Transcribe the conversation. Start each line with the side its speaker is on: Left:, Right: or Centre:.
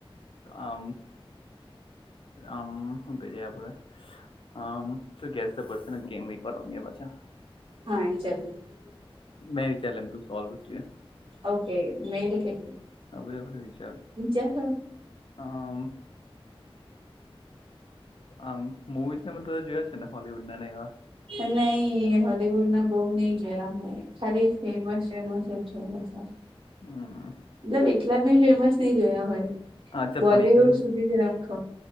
Left: આમ આમ કરીએ આપડે આમ શ ગેસ તો પડશેને ગેમ <unintelligible> મેં પાછા
Right: હા વિ ચાર
Left: મેં વિચાર લે એમ તો સોલ્વ છે
Right: ઓકે મેલ કે
Left: આ બરાબર વિચાર
Right: વિચાર
Left: આમ. આમ મુવીઝને પણ તે જોયા છે ને હોલવુડ ના એવા?
Right: નહી હોલીવુડ ના બહુ નહી જોયા મે. ખાલી ફેમસ ફેમસ મતલબ
Left: હમ
Right: એટલા બી ફેમસ નહી જોયા હોય.
Left: હા ચપ્પણી
Right: બોલીવુડ
Left: એ તો તને
Right: સુધી જ રાખો